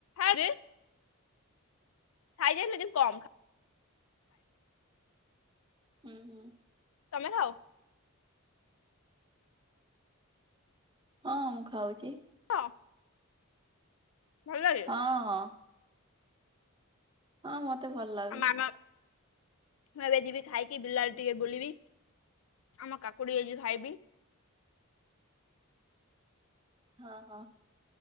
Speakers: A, on the left; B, on the right.
A: ଆରେ ଖାଇକି ଆସିଲେ ଯେମିତି କମ ଖା
B: ହୁଁ ହୁଁ।
A: ତମେ ଖଅ?
B: ହଁ ମୁଁ ଖାଉଛି।
A: ହଁ। ଭଲ ହେ
B: ହଁ ହଁ। ହଁ ମତେ ଭଲ
A: ଆଉ
B: ଲାଗେ।
A: ମାମା ମୁଁ ଏବେ ଯିବି ଖାଇକି ବିଲ ଆଡେ ଟିକେ ବୁଲିବି। ଆମ କାକୁଡି ହେଇଛି ଖାଇବି।
B: ହଁ ହଁ।